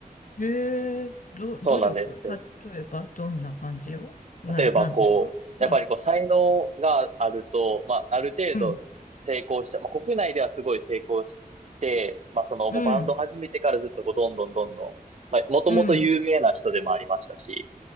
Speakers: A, on the left; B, on the right.
A: えー、ど、
B: そうなんですよ。
A: 努力例えばどんな感じをな、
B: 例えばこう、
A: なんですかうん、
B: やっぱりこう才能があると、まあある程度成功した、
A: うん、
B: まあ国内ではすごい成功して、まあそのもうバンド始めてからずっとこうどんどんどんどん、
A: うん。
B: まあもともと有名な人でもありましたし、
A: うん。